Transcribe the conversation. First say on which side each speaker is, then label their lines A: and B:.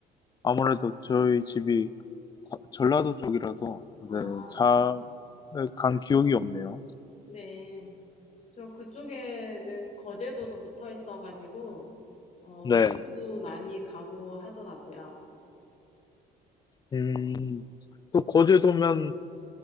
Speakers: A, on the left; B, on the left.
A: 아무래도 저희 집이 거- 전라도 쪽이라서,
B: 아,
A: 네, 잘
B: 네.
A: 간 기억이 없네요.
B: 네. 저 그쪽에는 거제도도 붙어 있어가지고 어,
A: 네.
B: 외부도 많이 가고 하더라고요.
A: 음, 또 거제도면